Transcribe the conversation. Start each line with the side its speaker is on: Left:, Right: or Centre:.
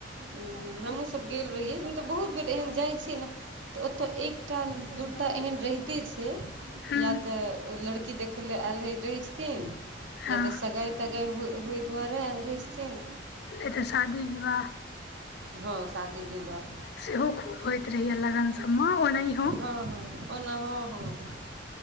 Right: हूं हूं हमहूँसभ गेल रहियैन तऽ बहुत बेर एहन जाइ छियै ने तऽ ओतय एकटा दूटा एहन रहत पे छै
Left: हूँ
Right: या तऽ ओ लड़की देखै लेल आयल रहैत छथिन।
Left: हँ
Right: या तऽ सगाइ तगाइ हो होय दुआरे रहैत छथिन।
Left: नहि तऽ शादी विवाह
Right: हां शादी-विवाह
Left: सेहो खूब होयइत रहेये लगन सब में ओनाहि
Right: हाँ- हां -हां ओना हां- हां-हां